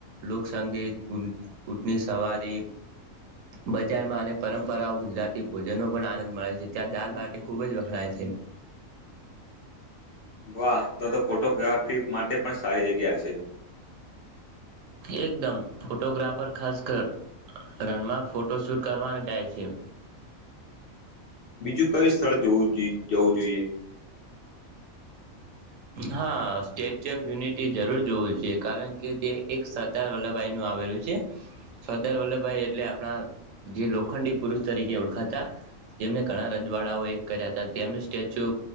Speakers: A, on the right; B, on the left.
A: લોકસંગ ગીત, ઉઠણી સવારી બજારમાં અને પરંપરાઓ ગુજરાતી ભોજનનો પણ આનંદ મળે છે, ત્યાં દાલ બાટી ખુબ જ વખણાય છે.
B: વાહ તો તો ફોટોગ્રાફી માટે પણ સારી જગ્યા છે.
A: એકદમ ફોટોગ્રાફર ખાસ કર રણમાં ફોટો શૂટ કરવા જાય છે.
B: બીજું કઈ સ્થળ જવું જોઈએ.
A: હા સ્ટેચ્યુ ઓફ યુનિટી જરૂર જોવું જોઈએ કારણ કે તે એક સરદાર વલ્લભભાઈ નું આ આવેલું છે. સરદાર વલ્લભભાઈ એટલે આપણા જે લોખંડી પુરુષ તરીકે ઓળખાતા જેમને ઘણા રજવાડાઓ એક કર્યા હતા તેમનું સ્ટેચ્યુ